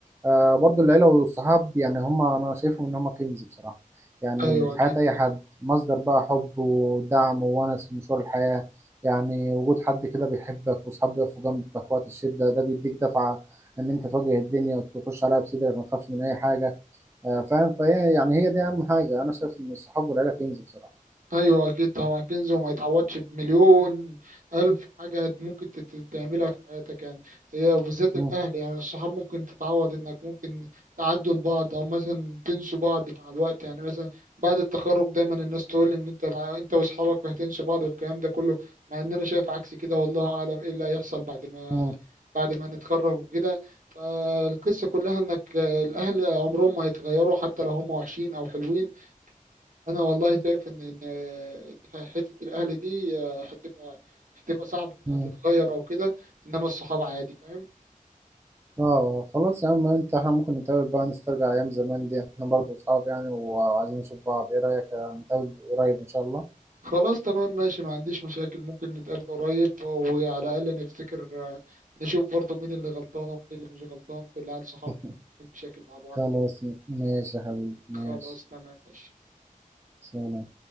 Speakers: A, on the right; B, on the right.
A: آه، برضو العيلة والصحاب يعني هما أنا شايفهم إن هما كنز بصراحة يعني
B: ايوه
A: في
B: اكيد
A: حياة أي حد مصدر بقى حب ودعم وونس في مشوار الحياة يعني وجود حد كده بيحبك واصحاب بيقفوا جنبك وقت الشدة ده بيديك دفعة ان انت تواجه الدنيا وتخش عليها بصدرك ما تخافش من اي حاجة آه، فاهم فهي يعني هي دي اهم حاجة انا شايف ان الصحاب والعيلة كنز بصراحة
B: ايوه اكيد طبعا كنز وما يتعوضش بمليون الف حاجه ممكن تت- تعملها في حياتك يعني هي بالذات الاهل
A: مم.
B: يعني الصحاب ممكن تتعوض انك ممكن تعدوا لبعض او مثلا تنسوا بعض مع الوقت يعني مثلا بعد التخرج دايما الناس تقول ان انت مع- انت واصحابك هتنسوا بعض والكلام ده كله مع ان انا شايف عكس كده والله اعلم ايه اللي هيحصل بعد ما
A: مم.
B: بعد ما نتخرج وكده فالقصة كلها انك آه، الاهل عمرهم ما هيتغيروا حتى لو هم وحشين او حلوين انا والله شايف ان ان إن حته الاهل دي هتبقى هتبقى صعب انها
A: مم.
B: تتغير او كده انما الصحاب عادي فاهم
A: اه خلاص يا عم انت احنا ممكن نتقابل بقى نسترجع ايام زمان دي احنا برضه اصحاب يعني وعايزين نشوف بعض ايه رأيك آه، نتقابل قريب ان شاء الله
B: خلاص تمام ماشي ما عنديش مشاكل ممكن نتقابل قريب وعلى الاقل نفتكر نشوف برضه مين اللي غلطان ومين اللي مش غلطان في العيال صحاب
A: <laughs>
B: المشاكل مع بعض
A: خلاص
B: دول
A: ماشي يا حبيبي ماشي
B: خلاص تمام ماشي
A: سلام